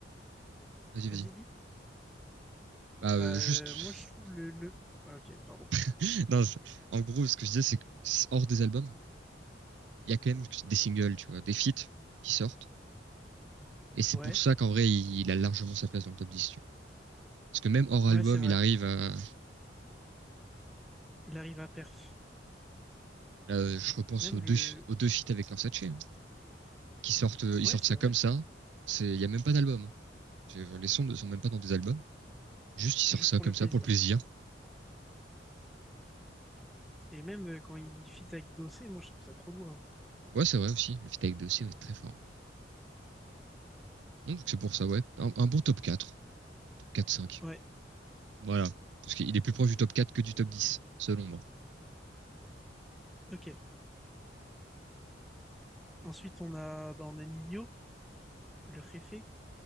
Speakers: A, on the right; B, in the centre.
A: Vas-y, vas-y.
B: Vas-y, dis.
A: Bah,
B: Bah,
A: euh,
B: euh,
A: juste.
B: moi, je trouve le, le. Ah, ok, pardon.
A: <laughs> Non, c'est- en gros, ce que je disais, c'est que c'est hors des albums, il y a quand même des singles, tu vois, des feats qui sortent. Et c'est
B: Ouais,
A: pour ça qu'en vrai, il, il a largement sa place dans le top 10, tu vois. Parce que même hors
B: ouais,
A: album,
B: c'est vrai.
A: il arrive à.
B: Il arrive à perf.
A: là, euh, je repense
B: Même
A: aux deux,
B: le.
A: aux deux feats avec Lorsace, hein, qui sortent, euh,
B: Ouais,
A: ils sortent
B: c'est
A: ça
B: vrai.
A: comme ça. C'est, il y a même pas d'album. hein. J'ai- Les sons ne sont même pas dans des albums. Juste, ils sortent
B: Juste
A: ça
B: pour
A: comme
B: le plaisir.
A: ça pour le plaisir.
B: Et même euh, quand il fit avec Dossé, moi, je trouve ça trop lourd.
A: Ouais, c'est vrai aussi. Le feat avec Dossé va être très fort. Donc, c'est pour ça, ouais. Un, un bon top quatre Top quatre cinq
B: hein. Ouais,
A: Voilà. Parce qu'il est plus proche du top 4 que du top dix selon moi.
B: ok. Ensuite, on a, bah, on a Nino, le réfé.